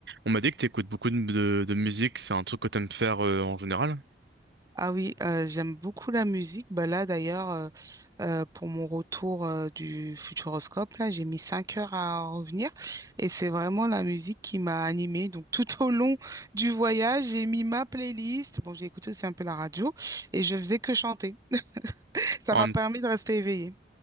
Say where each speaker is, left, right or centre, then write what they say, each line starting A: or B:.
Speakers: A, on the right; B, on the right.
A: On m'a dit que t'écoutes beaucoup de, de, de musique, c'est un truc que t'aimes faire euh, en général.
B: Ah oui, euh, j'aime beaucoup la musique. Bah là, d'ailleurs, euh, euh, pour mon retour euh, du Futuroscope, là, j'ai mis cinq heures à revenir et c'est vraiment la musique qui m'a animée. Donc, tout au long du voyage, j'ai mis ma playlist. Bon, j'ai écouté aussi un peu la radio et je faisais que chanter. <laughs> Ça
A: En,
B: m'a
A: même-
B: permis de rester éveillée.